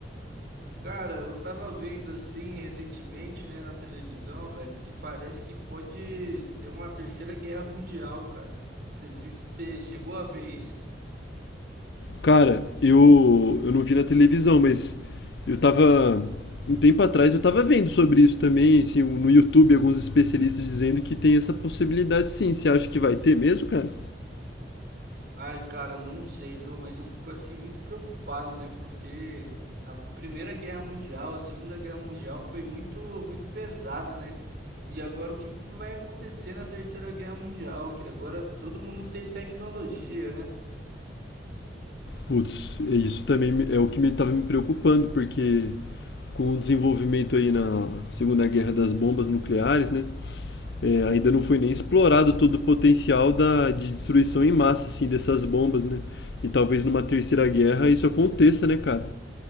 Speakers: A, on the right; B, on the left.
A: Cara, eu tava vendo assim recentemente, né, na televisão, velho, que parece que pode ter uma terceira guerra mundial, cara. Você vi- você chegou a ver isso?
B: Cara, eu, eu não vi na televisão, mas eu tava. Um tempo atrás eu tava vendo sobre isso também, assim, um, no YouTube, alguns especialistas dizendo que tem essa possibilidade sim. Você acha que vai ter mesmo, cara?
A: Ai, cara, não sei, viu? Mas eu fico assim muito preocupado, né? Porque a Primeira Guerra Mundial, a Segunda Guerra Mundial foi muito, muito pesada, né? E agora o que que vai acontecer na Terceira Guerra Mundial? Que agora todo mundo tem tecnologia, né?
B: Putz, é isso também me- é o que me estava me preocupando, porque com o desenvolvimento aí na Segunda Guerra das bombas nucleares, né? é, ainda
A: Uhum,
B: não foi nem explorado todo o potencial da, de destruição em massa, assim, dessas bombas, né? E talvez numa terceira
A: sim,
B: guerra isso aconteça, né, cara?